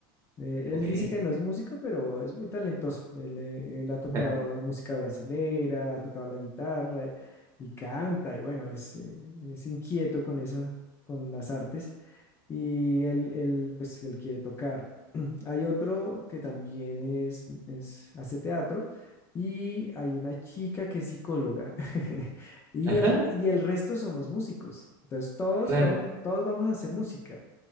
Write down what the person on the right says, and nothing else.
ok.
<laughs>
Ajá,
claro,